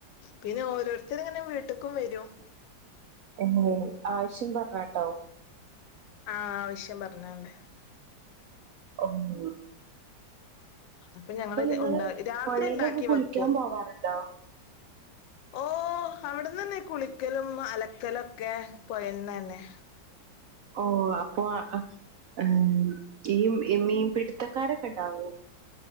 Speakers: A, on the left; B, on the right.
A: പിന്നെ ഓരോരുത്തരിങ്ങനെ വീട്ടക്കും വരും
B: ഉം ആവശ്യം പറഞ്ഞാട്ടോ
A: ആഹ് ആവശ്യം പറഞ്ഞാണ്ട്
B: ഓഹ്
A: അപ്പം ഞങ്ങൾ
B: നിങ്ങള്
A: ഒണ്ടാ രാത്രി
B: പുഴയിലൊക്കെ
A: ഒണ്ടാക്കി
B: കുളിക്കാൻ
A: വയ്ക്കും
B: പോവാറുണ്ടോ
A: ഓഹ് അവിടുന്ന് തന്നെ കുളിക്കലും അലക്കലൊക്കെ പോയന്ന്ന്നെ
B: ഓഹ് അപ്പൊ മ് ഈ മീൻ പിടുത്തക്കാരൊക്കെ ഇണ്ടാവോ